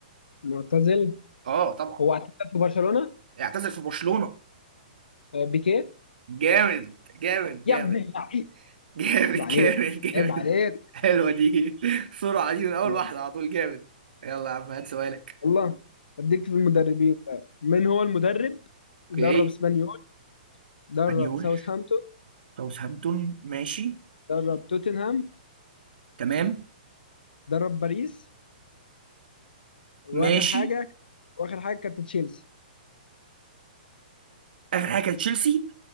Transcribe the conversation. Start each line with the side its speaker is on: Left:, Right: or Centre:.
Left: معتزل
Right: اه طبعا
Left: هو اعتزل في برشلونة
Right: اعتزل في برشلونة
Left: آه بيكيه
Right: جامد جامد جامد
Left: يا ابن اللعيب
Right: <laughs> جامد
Left: عيب عليك
Right: جامد جامد
Left: عيب عليك
Right: حلوة دي بسرعة دي من أول
Left: يا
Right: واحدة
Left: رب.
Right: على طول جامد يلا يا عم هات سؤالك
Left: والله اديك في المدربين بقى. من هو المدرب درب
Right: اوكي
Left: اسبانيول درب
Right: اسبانيول
Left: ساوثهامبتون
Right: ساوثهامبتون ماشي
Left: درب توتنهام
Right: تمام
Left: درب باريس واخر
Right: ماشي
Left: حاجة واخر حاجة كانت تشيلسي
Right: آخر حاجة كانت تشيلسي